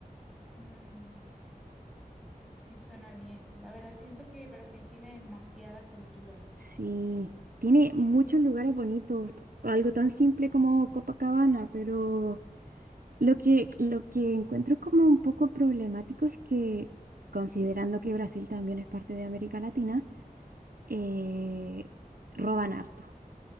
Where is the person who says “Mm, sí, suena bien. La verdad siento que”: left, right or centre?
Centre